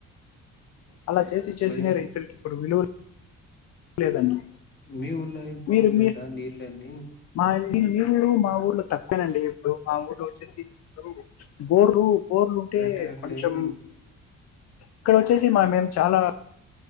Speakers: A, on the left; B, on the left.
A: అలా చేసి చేసిన
B: మళ్ళీ
A: రైతులకి ఇప్పుడు విలువ లేదండి
B: మీ ఊళ్ళ ఏం ప్రాబ్లం
A: మీరు మీ
B: లేదా నీర్లని
A: మా ఈ నీళ్ళు మా ఊర్లో తక్కువనండి ఇప్పుడు మా ఊర్లో వచ్చేసి నీళ్లు అందరు బోర్లు బోర్లు ఉంటే
B: అంటే అక్కడ
A: కొంచెం
B: ఏం
A: ఇక్కడ వచ్చేసి మా మేము చాలా